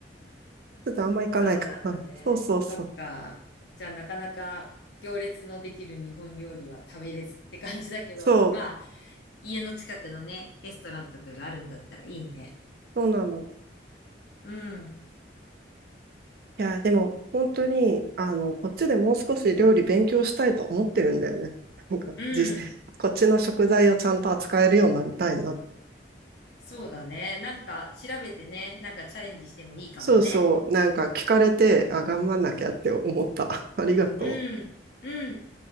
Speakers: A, on the right (about 55°); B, on the left (about 65°).
A: ちょっとあんま行かないかな。
B: そうなんだね。
A: そうそうそう。
B: そっか。じゃあなかなか行列のできる日本料理は食べれずって感じだけど、
A: そう、
B: まあ、家の近くのね、レストランとかがあるんだったらいいね。
A: そうなの。
B: うん。
A: いや、でも本当に、あの、こっちでもう少し料理勉強したいと思ってるんだよね。なんか、
B: うん。
A: 実、こっちの食材をちゃんと扱えるようになりたいな。
B: そうだね。なんか調べてね、なんかチャレンジしてもいいかもね。
A: そうそう、なんか聞かれて、あ、頑張んなきゃって思った。<laughs> ありがとう。
B: うん。うん。